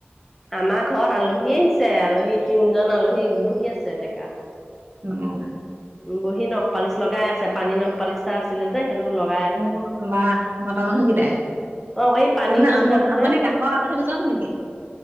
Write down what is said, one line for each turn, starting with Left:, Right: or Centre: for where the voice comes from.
Centre: আমাৰ ঘৰত আলহী আহিছে, আলহী তিনজন আলহী বহি আছে ডেকা।
Right: উম।
Centre: উম, বহি নখ পালিচ লগাই আছে! পানী নখ পালিচটা আছিলে যে সেইটো লগ
Right: অ' বা মতা মানুহ কেইটাই!
Centre: অ এই পানী
Right: আপুনি,
Centre: নিচিনাটো
Right: আপুনি
Centre: যে
Right: কাষৰ আলহী দুজন নেকি?